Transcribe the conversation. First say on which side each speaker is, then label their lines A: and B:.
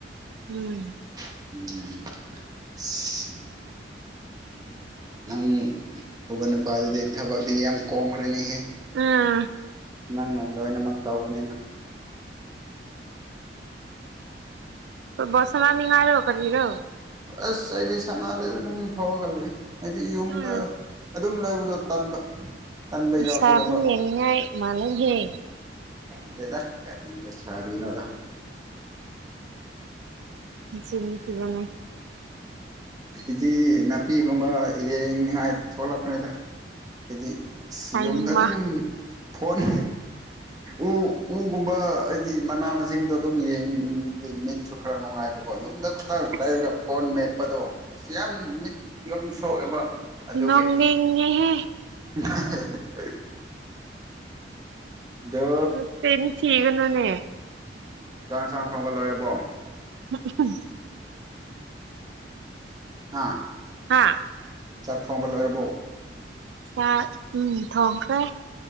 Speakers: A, on the right (about 75°); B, on the right (about 20°).
A: ꯎꯝ
B: ꯎꯝ ꯅꯪ ꯎꯧꯕ ꯅꯨꯄꯥꯗꯨꯗꯤ ꯊꯕꯛꯇꯤ ꯌꯥꯝ ꯀꯣꯝꯈ꯭ꯔꯅꯤꯍꯦ
A: ꯑꯝ
B: ꯅꯪ ꯅꯥ ꯂꯣꯏꯅꯃꯛ ꯇꯧꯕꯅꯤꯅ
A: ꯐꯨꯇꯕꯣꯜ ꯁꯥꯅꯥꯅꯤ ꯍꯥꯌꯔꯒꯥ ꯀꯔꯤꯔꯣ
B: ꯑꯁ ꯑꯩꯗꯤ ꯁꯅꯥꯗꯩꯗ ꯑꯗꯨꯝ ꯊꯣꯛꯑꯒ ꯂꯩ ꯍꯥꯏꯗꯤ ꯌꯨꯝꯗ
A: ꯎꯝ
B: ꯑꯗꯨꯝ ꯂꯩꯕꯗꯣ ꯇꯟꯕ ꯇꯟꯕ
A: ꯂꯩꯁꯥꯕꯤ
B: ꯌꯥꯎꯁꯤꯜꯂꯛꯄꯀꯣ
A: ꯌꯦꯡꯉꯥꯏ ꯃꯥꯅꯍꯦ
B: ꯟꯇꯦꯗꯥ ꯀꯔꯤꯂꯩꯁꯕꯤꯅꯣꯗ
A: ꯁꯤꯅꯤ ꯀꯒꯅꯦ
B: ꯍꯥꯏꯗꯤ ꯅꯥꯄꯤꯒꯨꯝꯕ ꯌꯦꯡꯅꯤꯉꯥꯏ ꯊꯣꯛꯂꯛꯄꯅꯤꯗ ꯍꯥꯏꯗꯤ ꯁꯤ
A: ꯍꯩꯃꯥ
B: ꯌꯨꯝꯗ ꯑꯗꯨꯝ ꯐꯣꯟ ꯎ ꯎꯒꯨꯝꯕ ꯍꯥꯏꯗꯤ ꯃꯅꯥ ꯃꯁꯤꯡꯗꯣ ꯑꯗꯨꯝ ꯌꯦꯡ ꯃꯤꯠ ꯆꯈ꯭ꯔꯥ ꯅꯨꯡꯉꯥꯏꯕꯣ ꯌꯨꯝꯗ ꯈꯛꯇꯪ
A: ꯑꯁ
B: ꯂꯩꯔꯒ ꯐꯣꯟ ꯃꯦꯠꯄꯗꯣ ꯑꯁꯤ ꯌꯥꯝ ꯃꯤꯠ ꯌꯨꯝ ꯁꯣꯛꯑꯦꯕ ꯑꯗꯨꯒꯤ
A: ꯅꯣꯛꯅꯤꯡꯤꯍꯦ
B: <inaudible> ꯑꯗꯣ
A: ꯅꯥꯆꯤꯟ ꯆꯤꯒꯅꯨꯅꯦ
B: ꯎꯝꯁꯥꯡ ꯏꯟꯁꯥꯡꯅ ꯊꯣꯡꯕ ꯂꯣꯏꯦꯔꯕꯣ
A: <inaudible>
B: ꯑꯥ
A: ꯍꯥꯥ
B: ꯆꯥꯛ ꯊꯣꯡꯕ ꯂꯣꯏꯔꯕꯣ
A: ꯆꯥꯛ ꯎꯝ ꯊꯣꯡꯈ꯭ꯔꯦ